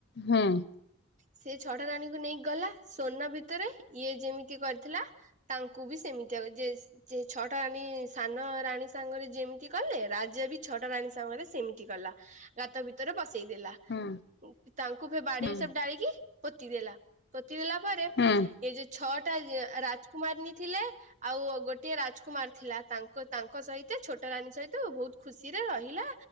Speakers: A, on the left (about 50°); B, on the right (about 35°).
A: ହୁଁ।
B: ସେ ଛଅଟା ରାଣୀକୁ ନେଇକି ଗଲା ସୋନା ଭିତରେ ଇଏ ଯେମିତି କରିଥିଲା। ତାଙ୍କୁ ବି ସେମିତିଆ ଯେସ। ଯେ ଛଅଟା ରାଣୀ ସାନ ରାଣୀ ସାଙ୍ଗରେ ଯେମିତି କଲେ ରାଜା ବି। ଛଅଟା ରାଣୀ ସାଙ୍ଗରେ ସେମିତି ଗଲା ଗାତ ଭିତରେ ପସେଇ ଦେଲା।
A: ହୁଁ
B: ତାଙ୍କୁ ସେ ବାଡ଼ିରେ
A: ହୁଁ
B: ସବ ଡାଳିକି ପୋତି ଦେଲା ପୋତି ଦେଲା ପରେ।
A: ହୁଁ
B: ଏ ଯୋଉ ଛଅଟା ରାଜକୁମାରଣୀ ଥିଲେ ଆଉ ଗୋଟିଏ ରାଜକୁମାର ଥିଲା। ତାଙ୍କ ତାଙ୍କ ସହିତ ଛୋଟା ରାନୀ ସହିତ ବହୁତ ଖୁସିରେ ରହିଲା।